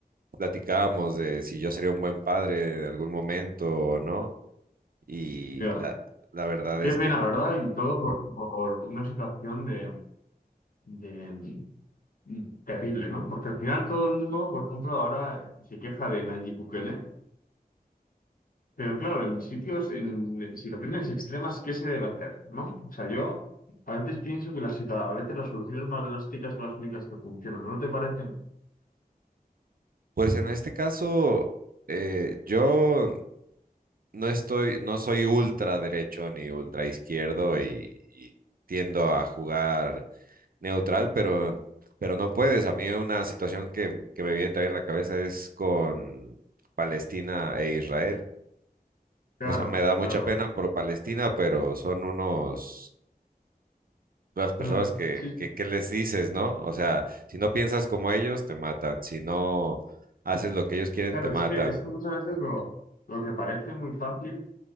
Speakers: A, on the right; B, on the left.
A: platicábamos de si yo sería un buen padre en algún momento o no, y
B: Ya.
A: la, la verdad
B: Qué
A: es
B: pena,
A: que,
B: ¿verdad? Y todo por, por una situación de, de- mm, terrible, ¿no? Porque al final todo el mundo, por ejemplo, ahora se queja de Nayib Bukele, Pero claro, en sitios, en situaciones extremas, ¿qué se debe hacer? ¿No? O sea, yo a veces pienso que las, situa- a veces las soluciones más drásticas son las únicas que funcionan, ¿no te parece?
A: pues en este caso, eh, yo no estoy, no soy ultra derecho ni ultra izquierdo y, y tiendo a jugar neutral, pero, pero no puedes. A mí una situación que, que me viene también a la cabeza es con Palestina e Israel.
B: Claro,
A: O sea, me da mucha
B: claro.
A: pena por Palestina, pero son unos, unas personas
B: Mm,
A: que,
B: sí, sí.
A: que, ¿qué les dices, no? O sea, si no piensas como ellos, te matan. Si no haces lo que ellos quieren,
B: claro,
A: te matan.
B: es que, es que muchas veces lo, lo que parece muy fácil